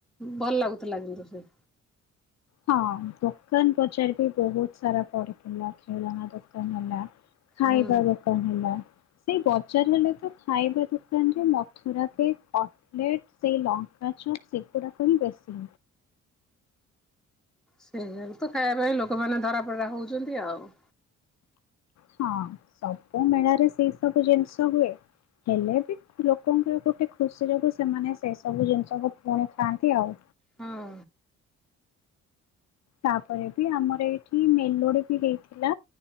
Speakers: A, in the centre; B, on the left.
A: ଭଲ ଲାଗୁଥିଲା କିନ୍ତୁ ସେ
B: ହଁ ଦୋକାନ ବଜାର ବି ବହୁତ ସାରା ପଡିଥିଲା ଖେଳନା ଦୋକାନ ହେଲା ଖାଇବା
A: ହୁଁ।
B: ଦୋକାନ ହେଲା। ସେଇ ବଜାର ହେଲେ ତ ଖାଇବା ଦୋକାନରେ ମଥୁରା କେକ ଅ ଲେଟ ସେ ଲଙ୍କାଚପ ସେଗୁଡ଼ାକ ହିଁ ବେଶୀ।
A: ସେଇଆକୁ ତ ଖାଇବା ପାଇଁ ଲୋକମାନେ ଧରାପରା ହଉଛନ୍ତି ଆଉ।
B: ହଁ ସବୁ ମେଳାରେ ସେଇ ସବୁ ଜିନିଷ ହୁଏ। ହେଲେ ବି ଲୋକଙ୍କର ଗୋଟେ ଖୁସି ଯୋଗୁ ସେମାନେ ସେ ସବୁ ଜିନିଷକୁ ପୁଣି ଖାଆନ୍ତି ଆଉ।
A: ହଁ
B: ତାପରେ ବି ଆମର ଏଇଠି ମେଲୋଡି ବି ହେଇଥିଲା।